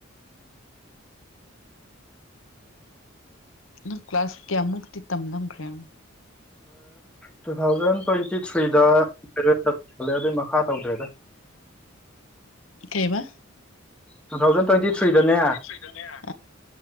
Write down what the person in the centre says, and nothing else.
ꯇꯨ ꯊꯥꯎꯖꯟ ꯇ꯭ꯋꯦꯟꯇꯤ ꯊ꯭ꯔꯤꯗꯂꯦ ꯑꯗꯨꯏ ꯃꯈꯥ ꯇꯧꯗ꯭ꯔꯦꯗ
ꯇꯨ ꯊꯥꯎꯖꯟ ꯇ꯭ꯋꯦꯟꯇꯤ ꯊ꯭ꯔꯤꯗꯅꯦ